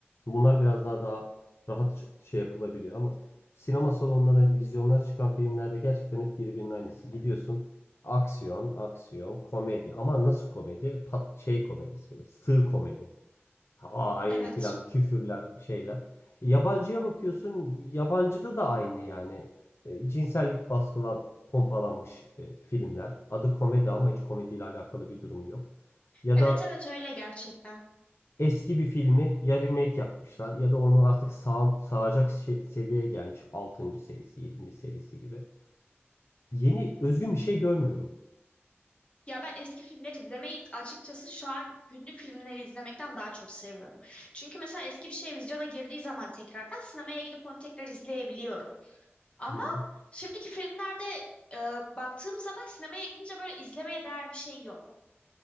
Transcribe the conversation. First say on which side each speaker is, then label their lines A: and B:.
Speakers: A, on the left; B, on the left.
A: bunlar biraz daha daha rahat ç- şey yapılabiliyor ama sinema salonlarına, vizyonlara çıkan filmlerde gerçekten hep birbirinin aynısı. Gidiyorsun aksiyon, aksiyon, komedi ama nasıl komedi? Pat şey komedisi böyle sığ komedi. Ay
B: Evet.
A: filan küfürler şeyler. Yabancıya bakıyorsun yabancıda da aynı yani. E, cinsellik baskılan pompalanmış e, filmler. Adı komedi ama hiç komediyle alakalı bir durum yok. Ya
B: Evet
A: da
B: evet öyle gerçekten.
A: eski bir filmi ya remake yapmışlar ya da onu artık sağ, sağacak şe- seviyeye gelmiş 6. serisi yedinci serisi gibi. Yeni özgün bir şey görmüyorum.
B: Ya ben eski filmleri izlemeyi açıkçası şu an günlük filmleri izlemekten daha çok seviyorum. Çünkü mesela eski bir şey vizyona girdiği zaman tekrardan sinemaya gidip onu tekrar izleyebiliyorum. Ama
A: Hı hı.
B: şimdiki filmlerde e, baktığım zaman sinemaya gidince böyle izlemeye değer bir şey yok.